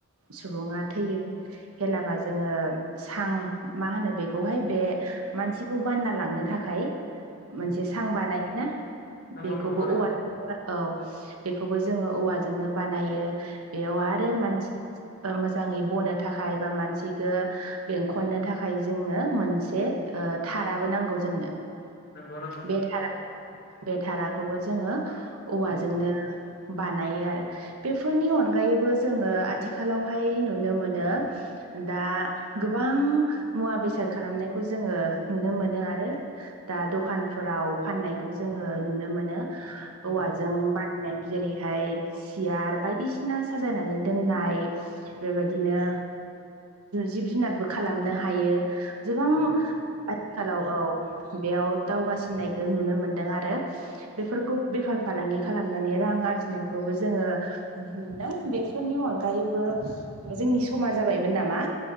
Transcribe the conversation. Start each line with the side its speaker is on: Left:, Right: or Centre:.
Right: सुबुङा थैयो हेलाबा जोङो सां मा होनो बेखौहाय बे मानसिखौ बानना लांनो थाखाय मोनसे
Left: उम
Right: सां बानायोना
Left: नंगौ
Right: बेखौबो
Left: नंगौ बानायनो
Right: औवा औ बेखौबो जोङो औवाजोंनो बानायो बेयाव आरो मानसि मोजाङै बनो थाखाय बा मानसिख बेंखननो थाखाय जोङो मोनसे थाराबो नांगौ जोंनो
Left: नंगौ नंगौ
Right: बेारा बे थधाराखौबो जोङो औवाजोंनो
Left: उम
Right: बानायो आरो बेफोरनि अनगायैबो जोङो आथिखालावहाय नुनो मोनो दा गोबां मुवा बेसाद खालामनायखौ जोङो नुनो मोनो आरो दा दखानफोराव फाननायखौ जोङो नुनो मोनो औवाजों
Left: उम
Right: बानायनाय जेरैहाय सियार बायदिसिना साजायनानै दोननाय बेबायदिनो जिब जुनारबो खालामनो हायो गोबां
Left: नंगौ
Right: आथिखालाव औ बेयाव दावगासिननायखौ नुनो मोनदों आरो बेफोरखौ बेफार फालांगि खालामनानै रां आरजिनायखौबो जोङो नुनो मोनदों बेफोरनि अनगायैबो जोंनि समा जाबायमोन नामा